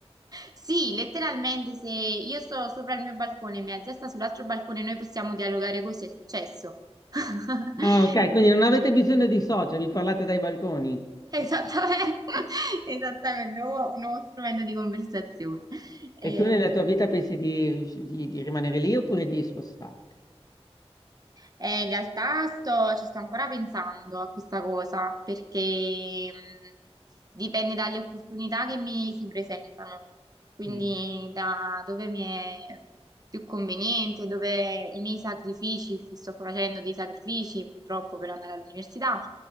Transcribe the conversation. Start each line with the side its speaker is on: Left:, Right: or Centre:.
Right: Sì, letteralmente, se io sto sopra il mio balcone e mia zia sta sull'altro balcone, noi possiamo dialogare così, è successo. <laughs>
Left: Ah, ok, quindi
Right: Quindi,
Left: non avete bisogno di social, vi parlate dai balconi.
Right: Esattamente, <laughs> esattamente, un nuovo, un nuovo strumento di conversazione. Ehm,
Left: E tu nella tua vita pensi di, di- di rimanere lì oppure di spostarti?
Right: eh, in realtà sto- ci sto ancora pensando a questa cosa perché mh, dipende dalle opportunità che mi si presentano, quindi
Left: Mm.
Right: da dove mi è più conveniente, dove i miei sacrifici, se sto facendo dei sacrifici purtroppo per andare all'università,